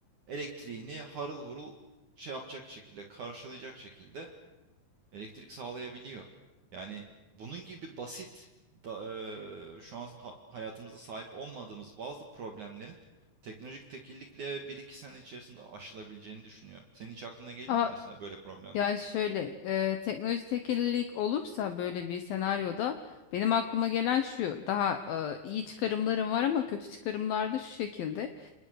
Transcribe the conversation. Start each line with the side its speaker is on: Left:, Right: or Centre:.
Right: elektriğini harıl hurul şey yapacak şekilde, karşılayacak şekilde elektrik sağlayabiliyor. Yani bunun gibi basit da, eee, şu an ha- hayatımızda sahip olmadığımız bazı problemlerin teknolojik tekillikle bir iki sene içerisinde aşılabileceğini düşünüyorum. Senin hiç aklına geliyor
Left: Ama
Right: mu mesela böyle problemler?
Left: ya şöyle, e, teknoloji tekillik olursa böyle bir senaryoda benim aklıma gelen şu, daha e, iyi çıkarımlarım var ama kötü çıkarımlar da şu şekilde.